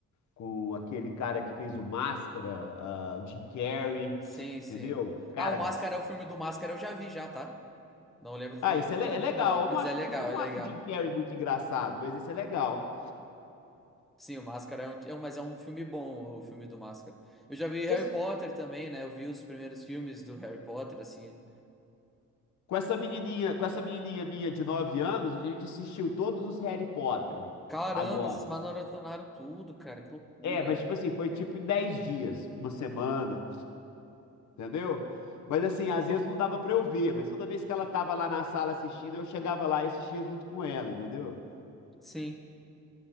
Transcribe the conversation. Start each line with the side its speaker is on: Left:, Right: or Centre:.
Left: com aquele cara que fez o Máscara, ah, o Jim Carrey,
Centre: Sim, sim.
Left: entendeu? Cara,
Centre: Ah, o
Left: dis-
Centre: Máscara é o filme do Máscara, eu já vi já, tá? Não lembro,
Left: ah, esse é,
Centre: lembro
Left: le- é legal.
Centre: o final,
Left: Eu
Centre: mas
Left: não acho,
Centre: é legal,
Left: mu- eu não
Centre: é legal.
Left: acho o Jim Carrey muito engraçado, mas esse é legal.
Centre: Sim, o Máscara é um, é um- mas é um filme bom, o filme do Máscara. Eu já vi
Left: Você
Centre: Harry Potter também, né? Eu vi os primeiros filmes do Harry Potter, assim.
Left: Com essa menininha, com essa menininha minha de 9 anos, a gente assistiu todos os Harry Potter
Centre: Caramba,
Left: agora.
Centre: vocês maratonaram tudo, cara. Que loucura.
Left: É, mas tipo assim, foi tipo em 10 dias, uma semana, entendeu? Mas assim, às vezes não dava pra eu ver, mas toda vez que ela tava lá na sala assistindo, eu chegava lá e assistia junto com ela, entendeu?
Centre: Sim,